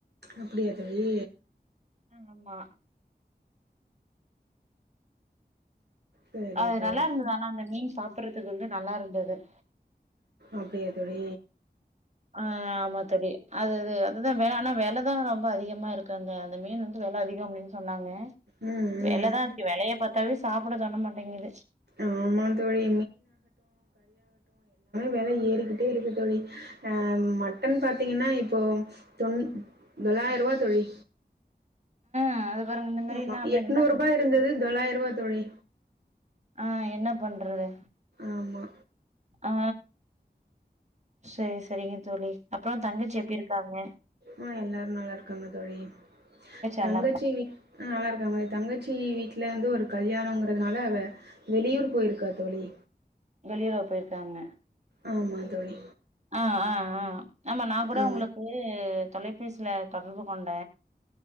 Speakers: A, on the right; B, on the right.
A: அப்படியா தோழி
B: ஆமா
A: சரி
B: அது
A: தோழி
B: நல்லா இருந்தது ஆனா அந்த மீன் சாப்படறதுக்கு வந்து நல்லா இருந்தது து
A: அப்டியா தோழி
B: ஆஹ ஆமா தோழி அதுது அதுதா வேனா ஆனா வெலதா ரொம்ப அதிகமா இருக்கு அந்த அந்த மீனு வந்து வெல அதிகோ அப்டின்னு சொன்னாங்க
A: ம்
B: வெலதா
A: ம்
B: ந்தி வெலையப் ப்பாத்தாவே சாப்பட தோண மாட்டேங்குது
A: ஆமா தோழி. வெல ஏறிக்கிட்டே இருக்கு தோழி ஆ மட்டன் பாத்தீங்கன்னா இப்போ தொன் தொள்ளாயிருபா தோழி
B: <unintelligible> மாரின்னா
A: ஆமா
B: அப்புறம்
A: எட்நூரூபா
B: என்ன
A: இருந்தது தொள்ளாயிரூபா தோழி
B: ஆ என்ன பண்றது
A: ஆமா
B: ஆ சரி சரிங்க தோழி அப்ரோ தங்கச்சி எப்டி இருக்காங்க
A: ஆ எல்லாரு நல்லா இருக்காங்க தோழி
B: நல்லா
A: தங்கச்சி
B: இருக்கா
A: வீட் ஆ நல்லார்க்காங்க தோழி தங்கச்சி வீட்டுல வந்து ஒரு ஒரு கல்யாணோங்றதுனால அவ வெளியூர் போயிருக்கா தோழி
B: வெளியூர் போயிருக்காங்க.
A: ஆமா தோழி
B: ஆ ஆ ஆ ஆமா நா கூட
A: ஆ
B: உங்குளுக்கு. தொலைபேசில தொடர்பு கொண்ட